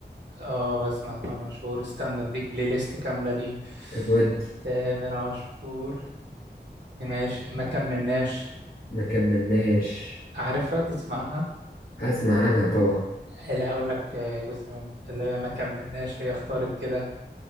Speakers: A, on the right; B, on the left.
A: اه بسمع تامر عاشور استنى اديك بلاي ليست كاملة ليه
B: طب ودي
A: تامر عاشور ماشي ما كملناش
B: ما كملناش
A: عارفها تسمع عنها
B: أسمع عنها طبعا
A: لا هقول لك آه، جزء من اللي هي ما كملناش هي اختارت كده